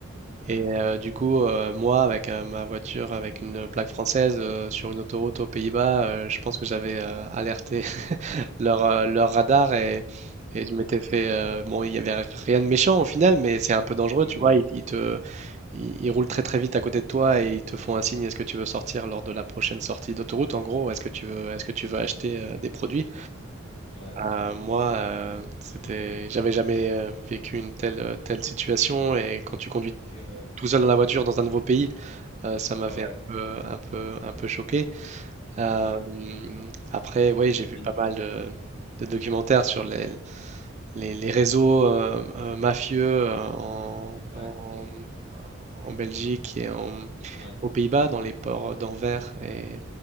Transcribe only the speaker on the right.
Et euh, du coup, euh, moi, avec euh, ma voiture, avec une plaque française, euh, sur une autoroute aux Pays-Bas, euh, je pense que j'avais euh, alerté <laughs> leur, euh, leur radar et, et je m'étais fait... euh, bon, il n'y avait rien de méchant au final, mais c'est un peu dangereux,
tu vois. Ils, ils te, ils, ils roulent très très vite à côté de toi et ils te font un signe, est-ce que tu veux sortir lors de la prochaine sortie d'autoroute, en gros, est-ce que tu veux, est-ce que tu veux acheter euh, des produits?
Euh, moi, euh, c'était, j'avais jamais euh, vécu une telle, euh, telle situation et quand tu conduis
tout seul dans la voiture dans un nouveau pays, Heu, ça m'avait
un peu un peu un peu choqué. Hem,
après, ouais, j'ai
vu
pas mal de
de documentaires sur les les les réseaux, heu heu, mafieux, heu, en en
en Belgique et en
aux Pays-Bas, dans les ports d'Anvers et